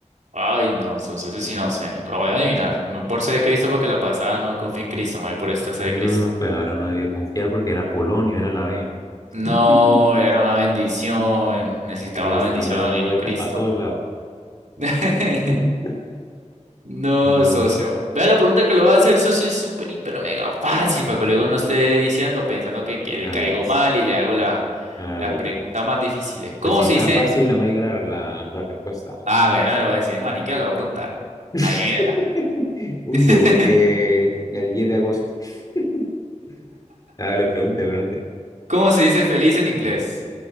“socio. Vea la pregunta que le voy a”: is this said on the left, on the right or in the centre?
Right